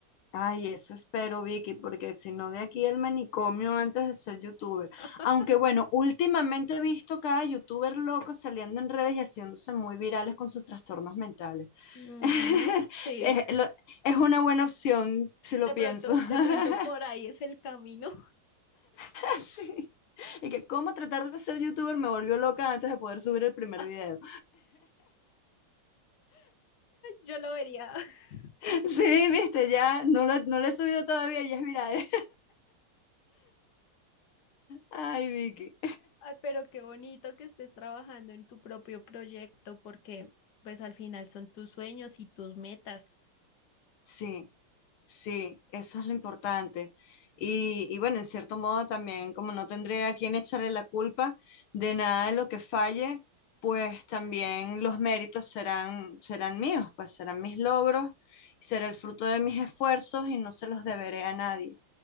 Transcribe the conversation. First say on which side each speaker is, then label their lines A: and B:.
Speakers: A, on the left; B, on the left.
A: Ay, eso espero, Vicky, porque si no, de aquí el manicomio antes de ser youtuber.
B: <laughs>
A: Aunque bueno, últimamente he visto cada youtuber loco saliendo en redes y haciéndose muy virales con sus trastornos mentales.
B: Ujú,
A: <laughs>
B: sí,
A: Es, lo- es una buena opción, si lo
B: de
A: pienso.
B: pronto,
A: <laughs>
B: de pronto <laughs> por ahí es el camino.
A: <laughs> Sí. Y que cómo tratar de ser youtuber me volvió loca antes de poder subir el primer
B: <laughs>
A: video.
B: Yo lo vería. <laughs>
A: <laughs> Sí, viste, ya no lo, no lo he subido todavía, ya es viral. <laughs> Ay, Vicky.
B: Ay, pero qué bonito que estés trabajando en tu propio proyecto porque pues al final son tus sueños y tus metas.
A: Sí, sí, eso es lo importante. Y, y bueno, en cierto modo también, como no tendré a quien echarle la culpa de nada de lo que falle, pues también los méritos serán, serán míos, pues serán mis logros, será el fruto de mis esfuerzos y no se los deberé a nadie.